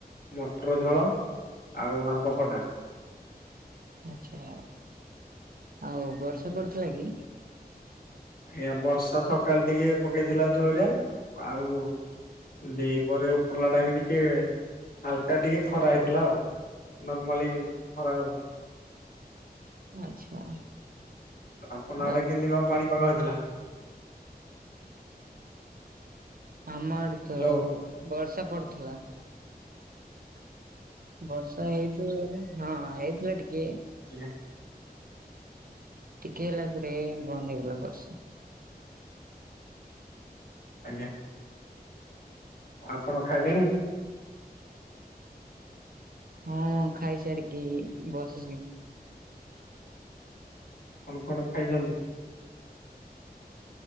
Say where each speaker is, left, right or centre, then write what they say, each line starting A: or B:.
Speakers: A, on the left (about 65°); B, on the right (about 60°).
A: ମଟର ଝୋଳ ଆଉ ଆମ୍ବଖଟା।
B: ଆଛା ଆଉ ବର୍ଷା ପଡୁଥିଲା କି?
A: ଆ ବର୍ଷା ତ କାଲି ଟିକେ ପକେଇଥିଲା ଜୋରିଆ ଆଉ ଦି ପହରେ ଉପରଲା ଟାଇମ୍ ବି ଟିକେ ହାଲକା ଟିକେ ଖରା ହେଇଥିଲା ଆଉ ନର୍ମାଲି ଖରା ଆଉ
B: ଆଚ୍ଛା।
A: ଆପଣ ଆଡେ
B: ଆଉ
A: କେମିତି କଣ ପାଣିପାଗ ହେଇଥିଲା?
B: ଆମ ଆଡେ ତ
A: ହ୍ୟାଲୋ
B: ବର୍ଷା ପଡୁଥିଲା। ବର୍ଷା ହେଇଥିଲ ହଁ ହେଇଥିଲା ଟିକେ
A: ଆଜ୍ଞା।
B: ଟିକେ ହେଲା ପରେ ବନ୍ଦ ହେଇଗଲା ବର୍ଷା।
A: ଆଜ୍ଞା। ଆପଣ ଖାଇଲେଣି?
B: ହଁ ଖାଇସାରିକି ବସିଛି।
A: କଣ କଣ ଖାଇଛନ୍ତି?